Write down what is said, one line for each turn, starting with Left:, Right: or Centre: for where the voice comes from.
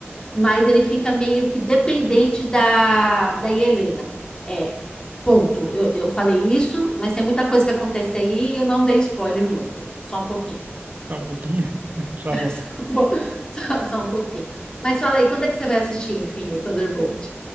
Left: mas ele fica meio que dependente da, da Helena. É, ponto. Eu, eu falei isso, mas tem muita coisa que acontece aí e eu não dei spoiler muito. Só um pouquinho.
Right: Só um pouquinho. <laughs> Tá
Left: <laughs>
Right: bom.
Left: Só um, po- só- só um pouquinho. Mas fala aí, quando é que você vai assistir, enfim, o Thunderbolt?